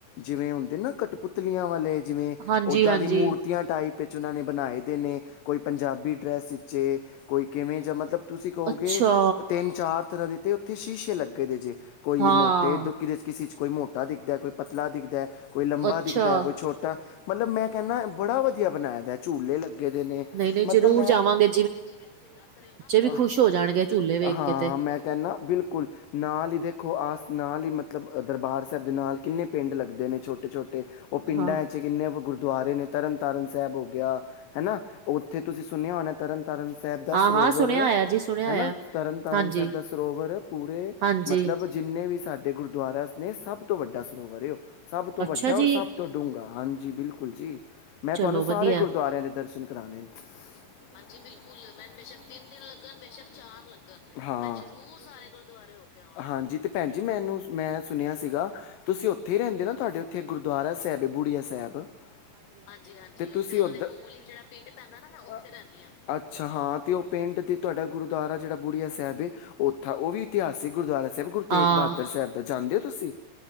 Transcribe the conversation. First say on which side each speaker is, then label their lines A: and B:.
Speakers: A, on the left; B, on the right.
A: ਜਿਵੇਂ ਹੁੰਦੇ ਨਾ ਕਟਪੁਤਲੀਆਂ ਵਾਲੇ ਜਿਵੇਂ
B: ਹਾਂਜੀ
A: ਔਦਾਂ
B: ਹਾਂਜੀ
A: ਦੀ ਮੂਰਤੀਆਂ ਟਾਈਪ ਵਿੱਚ ਉਹਨਾਂ ਨੇ ਬਣਾਏ ਦੇ ਨੇ ਕੋਈ ਪੰਜਾਬੀ ਡਰੈਸ ਵਿੱਚ ਏ, ਕੋਈ ਕਿਵੇਂ ਜਾਂ ਮਤਲਬ ਤੁਸੀਂ ਕਹੋਗੇ
B: ਅੱਛਾ
A: ਤਿੰਨ ਚਾਰ ਤਰ੍ਹਾਂ ਦੇ ਤੇ ਉੱਥੇ ਸ਼ੀਸ਼ੇ ਲੱਗੇ ਦੇ ਜੇ, ਕੋਈ
B: ਹਾਂ
A: ਮੋਟੇ ਕਿਸੇ ਚ ਕੋਈ ਮੋਟਾ ਦਿਖਦਾ ਕੋਈ ਪਤਲਾ ਦਿਖਦਾ, ਕੋਈ ਲੰਬਾ
B: ਅੱਛਾ
A: ਦਿਖਦਾ, ਕੋਈ ਛੋਟਾ ਮਤਲਬ ਮੈਂ ਕਹਿਿੰਦਾ ਬੜਾ ਵਧੀਆ ਬਣਾਏ ਦਾ, ਝੂਲੇ ਲੱਗੇ ਦੇ ਨੇ,
B: ਨਹੀਂ ਨਹੀਂ
A: ਮਤਲਬ
B: ਜ਼ਰੂਰ
A: ਮੈਂ
B: ਜਾਵਾਂਗੇ
A: ਜਾਵਾਗੇ, ਜਿਵੇਂ ਤੁਸੀਂ ਦੱਸ ਰਹੇ ਹੋ ਨਾ ਮੇਰੇ
B: ਵੀ
A: ਬੱਚੇ
B: ਖੁਸ਼ ਹੋ ਜਾਣਗੇ
A: ਖੁਸ਼
B: ਝੂਲੇ ਵੇਖ
A: ਹਾਂਆਂ,
B: ਕੇ ਤੇ
A: ਮੈਂ ਕਹਿੰਨ ਨਾ ਬਿਲਕੁਲ। ਨਾਲ ਹੀ ਦੇਖੋ ਆਸ ਨਾਲ ਹੀ ਮਤਲਬ ਦਰਬਾਰ ਸਾਹਿਬ ਦੇ ਨਾਲ ਕਿੰਨੇ ਪਿੰਡ ਲੱਗਦੇ ਨੇ। ਛੋਟੇ-ਛੋਟੇ ਉਹ ਪਿੰਡਾਂ
B: ਹਾਂ
A: ਚ ਕਿੰਨੇ ਕੁ ਗੁਰਦੁਆਰੇ ਨੇ ਤਰਨ ਤਾਰਨ ਸਾਹਿਬ ਹੋ ਗਿਆ, ਹੇਨਾ। ਉੱਥੇ ਤੁਸੀਂ ਸੁਣਿਆ ਹੋਣਾ ਤਰਨ ਤਰਨ ਸਾਹਿਬ ਦਾ
B: ਹਾਂ
A: ਸਰੋਵਰ
B: ਹਾਂ ਸੁਣਿਆ ਹੋਇਆ ਜੀ ਸੁਣਿਆ
A: ਹਨਾ
B: ਹੋਇਆ
A: ਤਰਨ ਤਾਰਨ
B: ਹਾਂਜੀ
A: ਸਾਹਿਬ ਦਾ ਸਰੋਵਰ ਪੂਰੇ,
B: ਹਾਂਜੀ
A: ਮਤਲਬ ਜਿੰਨੇ ਵੀ ਸਾਡੇ ਗੁਰਦੁਆਰਾ ਨੇ ਸਭ ਤੋਂ ਵੱਡਾ ਸਰੋਵਰ ਏ ਔ, ਸਭ ਤੋਂ
B: ਅੱਛਾ
A: ਵੱਡਾ ਔਰ
B: ਜੀ
A: ਸਭ ਤੋਂ ਢੂੰਗਾ। ਹਾਂਜੀ, ਬਿਲਕੁਲ ਜੀ ਮੈਂ
B: ਚਲੋ
A: ਤੁਹਾਨੂੰ ਸਾਰੇ
B: ਵਧੀਆ
A: ਗੁਰਦੁਆਰਿਆਂ ਦੇ ਦਰਸ਼ਨ ਹਾਂਜੀ ਬਿਲਕੁਲ, ਮੈ ਬੇਸ਼ੱਕ ਤਿੰਨ ਦਿਨ ਲੱਗਣ ਬੇਸ਼ੱਕ ਚਾਰ ਲੱਗਣ ਹਾ ਦੁਰ ਸਾਰੇ ਗੁਰਦਵਾਰੇ ਹੋ ਕੇ ਆਵਾਂਗੇ, ਹਾਂਜੀ। ਭੈਣ ਜੀ ਮੈਨੂੰ, ਮੈਂ ਸੁਣਿਆ ਸੀਗਾ ਤੁਸੀਂ ਉੱਥੇ ਹੀ ਰਹਿੰਦੇ ਹੋ ਨਾ, ਤੁਹਾਡੇ ਉੱਥੇ ਗੁਰਦੁਆਰਾ ਸਾਹਿਬ ਏ ਬੂੜੀਆ ਸਾਹਿਬ? ਹਾੰਜੀ-ਹਾੰਜੀ, ਤੇ ਤੁਸੀਂ ਔਧਰ, ਉਹ ਦੇ ਕੋਲ ਹੀ ਜਿਹੜਾ ਪਿੰਡ ਪੈਂਦਾ ਨਾ ਮੈਂ ਉੱਥੇ ਰਹਿਨੀ ਹਾਂ, ਅੱਛਾ ਹ ਉਹ ਪਿੰਡ ਦੇ ਤੁਹਾਡਾ ਗੁਰਦੁਆਰਾ ਜਿਹੜਾ ਬੁੜੀਆ ਸਾਹਿਬ ਹੈ ਉੱਥਾ ਉਹ ਵੀ ਇਤਿਹਾਸਿਕ ਗੁਰਦੁਆਰਾ ਸਾਹਿਬ ਗੁਰੂ ਤੇਗ
B: ਹਾਂ।
A: ਬਹਾਦਰ ਸਾਹਿਬ ਦਾ ਜਾਂਦੇ ਹੋ ਤੁਸੀਂ?